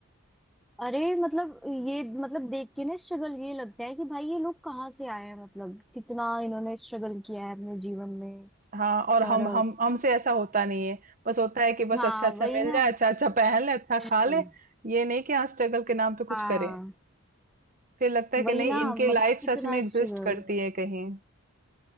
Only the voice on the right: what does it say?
हाँ और
हम हम हमसे ऐसा होता नहीं है बस होता है कि बस
अच्छा अच्छा
मिल
जाए अच्छा अच्छा पहन ले अच्छा
खा ले ये नहीं कि हाँ स्ट्रगल के नाम पे
कुछ करें फिर लगता है
कि नहीं
इनकी
लाइफ
सच में एग्जिस्ट
करती है कहीं